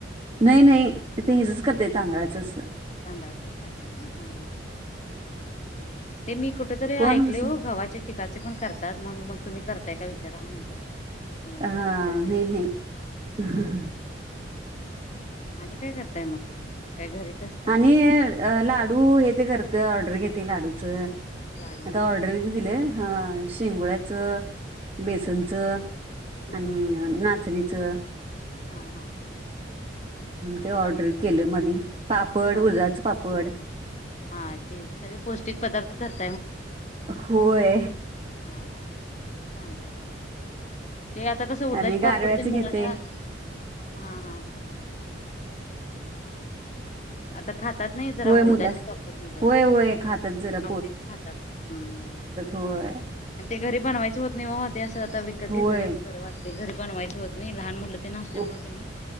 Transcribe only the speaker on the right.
नाही नाही ते हेचच करतोय तांदळाचं अस
कोण
कसं
हा
नाही नाही.
आणि लाडू हे ते करते ऑर्डर घेते लाडूचं
आता
ऑर्डर
दिलेय
हा शेंगोळ्याचं, बेसनचं
आणि
नाचणीचं
ते ऑर्डर
केलं मधी पापड
उडदाच पापड
होय.
आणि गारव्याच
घेते
होय
मुला
होय होय खातात जरा
व्हय.
होय
उ-